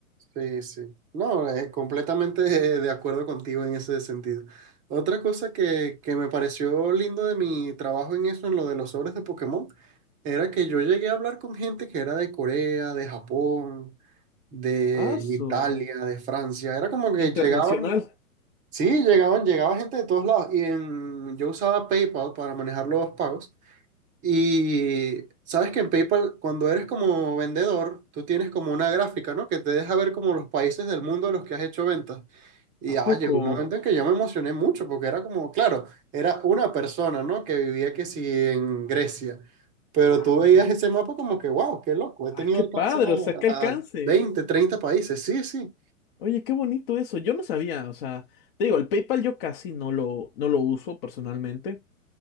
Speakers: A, on the right; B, on the left.
A: sí, sí. No, eh, completamente eh, de acuerdo contigo en ese sentido. Otra cosa que, que me pareció lindo de mi trabajo en eso, en lo de los sobres de Pokémon, era que yo llegué a hablar con gente que era de Corea, de Japón, de
B: Ah, su,
A: Italia,
B: o sea,
A: de Francia. Era como que
B: internacional,
A: llegaban, sí, llegaban, llegaba gente de todos lados. Y en- yo usaba PayPal para manejar los pagos. Y sabes que en PayPal, cuando eres como vendedor, tú tienes como una gráfica, ¿no? Que te deja ver como los países del mundo en los que has hecho ventas. Y
B: ¿a poco?
A: ah, llegó un momento en que yo me emocioné mucho porque era como, claro, era una persona, ¿no? Que vivía que sí en Grecia. Pero
B: Ah,
A: tú veías ese mapa como que, wow, qué loco, he
B: ah,
A: tenido
B: qué
A: alcance
B: padre, o sea, qué
A: a,
B: alcance.
A: a 20, 30 países. Sí, sí.
B: Oye, qué bonito eso. Yo no sabía, o sea, te digo, el PayPal yo casi no lo, no lo uso personalmente.